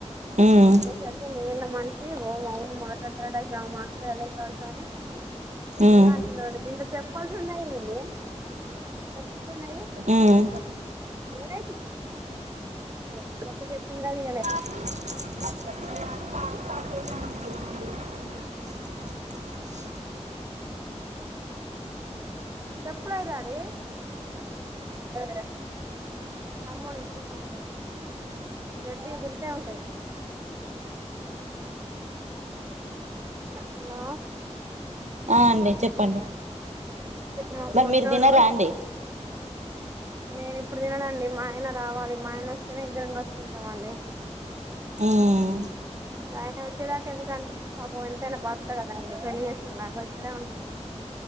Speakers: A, on the right; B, on the right.
A: ఉమ్
B: అనేసరికి మీళ మంచి ఓ అవును మాట్లాడతారడా అడు మాట్లాడలే కాలుస అని
A: ఉమ్
B: ఇ అ ఇంత చెప్పాల్సి ఉన్నాయి ఏమడి చెప్పల్సి ఉన్నాయి
A: ఉమ్
B: ఏడ కొత్త తీయాలదు
A: ఆ <unintelligible>
B: చెప్పులే డాడీ ఆ తమ్మునివి చిన్న తమ్ముని రెడ్డడి కింతే ఉంటాయి హలా
A: ఆ అండి చెప్పండి
B: మా
A: మరి
B: పొట్టోడు
A: మీరు తిన రండి
B: నేను ఇప్పుడు తిననండి మా ఆయన రావాలి మా ఆయన వస్తేనే ఇద్దరం కలిసి తింటామండి
A: హ్మ్మ్
B: ఆయన వచ్చేదాకా ఎందుకంటే పాపం ఎంతైనా భర్త ాీ పెళ్లి చేసుకున్నా నాకు ఇక్కడే ఉన్నా